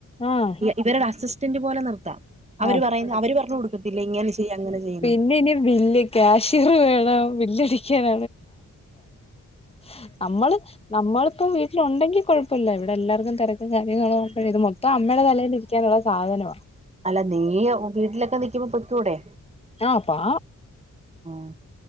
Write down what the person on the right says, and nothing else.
ഇവരുടെ അസിസ്റ്റന്റ് പോലെ നിർത്താം.
അവര് പറയുന്ന അവര് പറഞ്ഞു കൊടുക്കത്തില്ലേ ഇങ്ങനെ ചെയ്യ് അങ്ങനെ ചെയ്യന്ന്
അല്ല നീ വീട്ടിലൊക്കെ നിൽക്കുമ്പോ പൊക്കൂടെ.
ആഹ്.